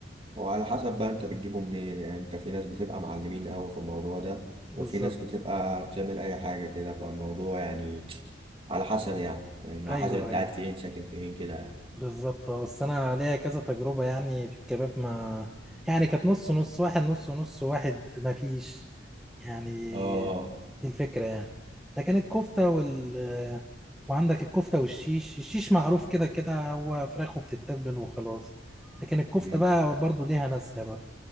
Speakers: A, on the right; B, in the centre.
A: هو على حسب بقى انت بتجيبه منين يعني انت في ناس بتبقى معلمين قوي في الموضوع ده وفي
B: بالظبط
A: ناس بتبقى بتعمل اي حاجه كده فالموضوع يعني على حسب يعني فاهم؟ على
B: أيوه
A: حسب انت
B: أيوه
A: قاعد فين ساكن فين كده يعني
B: بالظبط اه بس انا ليا كذا تجربه يعني في الكباب ما يعني كانت نص نص واحد نص نص واحد ما فيش يعني
A: اه
B: دي الفكره يعني لكن الكفته وال وعندك الكفته والشيش الشيش معروف كده كده هو فراخ وبتتبل وخلاص لكن الكفته
A: مم.
B: بقى برضو ليها ناسها برضو